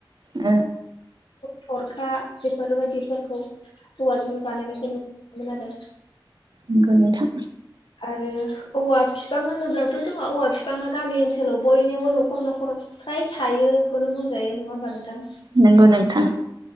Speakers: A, on the right; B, on the left.
A: औ
B: थरखा बेफोरबायदिफोरखौ हौवाजोंनो बानायनायखौ नु मोनो आरो।
A: नंगौ नोंथां।
B: आरो औवा बिफां होनोब्लाथ' जोंहा औवा बिफाङा गामि ओनसोलाव बयनिावबो न'खर न'खर फ्राय थायोखौनो बुंजायो नङा होमबा नोंथां।
A: नोंगौ नोंथां।